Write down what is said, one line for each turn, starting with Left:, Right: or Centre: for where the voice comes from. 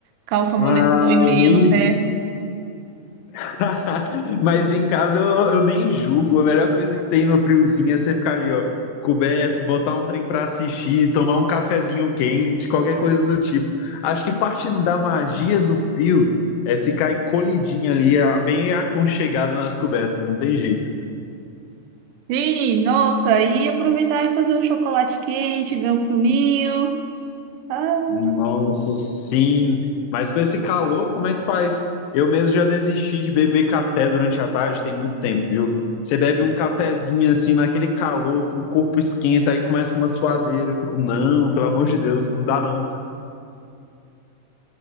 Right: Calça moletom
Left: Ah,
Right: e meia
Left: eu nem,
Right: no pé.
Left: <laughs> Mas em casa eu, eu nem julgo. A melhor coisa que tem no friozinho é você ficar ali, ó, coberto, botar um trem pra assistir, tomar um cafezinho quente, qualquer coisa do tipo. Acho que parte da magia do frio é ficar encolhidinho ali, a- bem aconchegado nas cobertas, não tem jeito.
Right: Sim, nossa, e aproveitar e fazer um chocolate quente, ver um filminho. Ah,
Left: Nossa, sim. Mas com esse calor, como é que faz? Eu mesmo já desisti de beber café durante a tarde, tem muito tempo, viu? Você bebe um cafezinho assim, naquele calor, que o corpo esquenta, aí começa uma suadeira. Eu fico, não, pelo amor de Deus, não dá não.